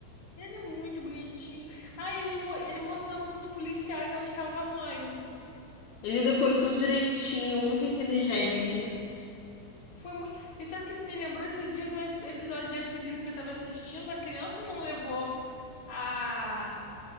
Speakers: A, on the left; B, on the left.
A: Ele é muito bonitinho. ah ele, mo- ele mostrando pros policiais onde estava a mãe.
B: Ele decorou tudo direitinho, muito inteligente.
A: Foi muito. E sabe que isso me lembrou esses dias um episódio de S S.V.U. que eu tava assistindo? A criança não levou a